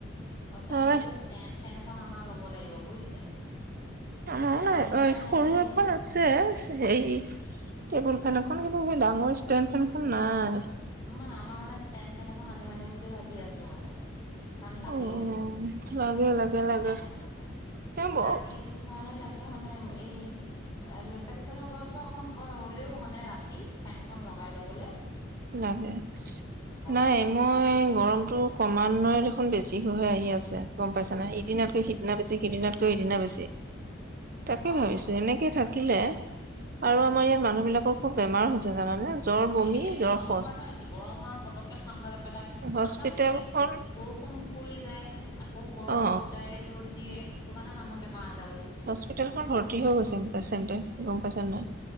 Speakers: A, on the left; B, on the right.
A: সঁচাকে
B: হয়
A: এই ষ্টেণ্ড ফেন এখন আমাৰ ল'ব লাগিব, বুজিছে?
B: আমাৰো
A: মানে এনেইতো
B: নাই। অহ
A: ফেন
B: এই সৰু
A: আছেই
B: এখন আৰু ছে হেই টেবুল ফেন এখন, কিন্ত সেই ডাঙৰ ষ্টেণ্ড ফেনখন নাই।
A: উম মা আমাৰ মানে ষ্টেণ্ড ফেন এখন আনিম আনিম বুলি ভাবি আছো মানে। কাৰণ লাগেও
B: অ', লাগে লাগে।
A: ষ্টেণ্ড
B: লাগে
A: ফেন এখন,
B: তেওঁ বৰ
A: লাগে এইটো কাৰণে লাগে মানে এই ল' ছোৱালী থকা ঘৰত বাৰু অকণ ভয়। হ'লেও মানে ৰাতি ফেনখন লগাই ল'বলে
B: লাগে। নাই
A: দিনত
B: মই গৰমটোক ক্ৰমান্বয়ে দেখোন বেছি হৈ হৈ আহি আছে। গম পাইছানে? ইদিনাতকৈ সিদিনা বেছি, সিদিনাতকৈ ইদিনা বেছি। তাকে
A: অঁ
B: ভাবিছো,
A: অঁ
B: এনেকে থাকিলে আৰু আমাৰ ইয়াত মানুহ বিলাকৰ খুব বেমাৰ হৈছে। জানানে, জ্বৰ
A: এই
B: বমি জ্বৰ
A: গৰমৰ
B: শৌচ
A: সেইটো কাৰণে হৈছে গৰম আৰু পটককে ঠাণ্ডা পেলাই
B: হস্পিতেলখন
A: ঠাণ্ডা মানে কি বৰষুণ পৰি যায়। আকৌ গৰ
B: অ
A: ৰ'দ ডাইৰেক্ট ৰ'দ দিয়ে। সেইটো কাৰণে মানুহৰ বেমাৰ- আজাৰ বোৰ হৈছে।
B: হস্পিটেলখন ভৰ্তি হৈ গৈছে পেচেণ্টে গম পাইছা নে নাই?